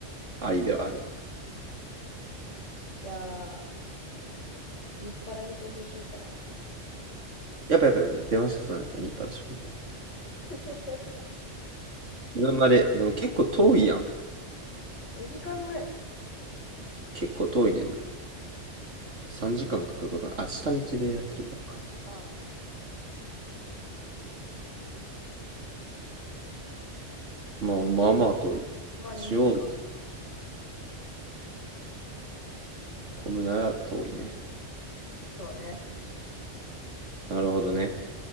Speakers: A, on the right; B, on the left.
A: ありではある。
B: うん。じゃあ、日パラに投票しようかな。
A: やっぱやっぱやっぱ出ましたさんやった、日払締める。
B: <laughs>
A: 車まで、でも結構遠いやん。
B: 2時間ぐらいじゃない
A: 結構遠いねん。3時間かんかかることな、あ、下道でやってるからか。
B: ああ、
A: まあまあまあ遠い。
B: まあ2時間。
A: 中央に混むなら遠いね。
B: そうね。
A: なるほどね。